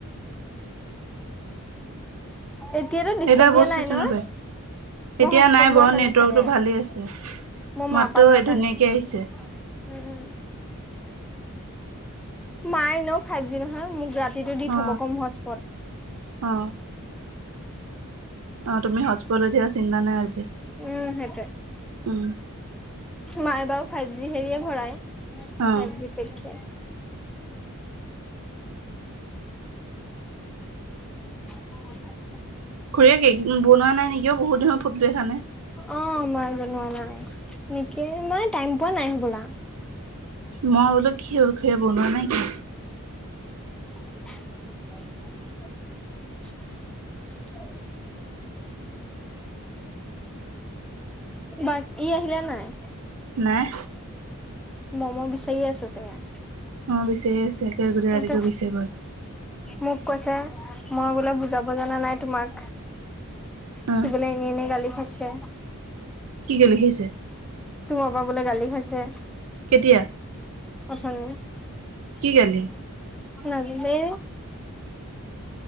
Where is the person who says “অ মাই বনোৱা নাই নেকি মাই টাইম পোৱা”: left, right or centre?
Centre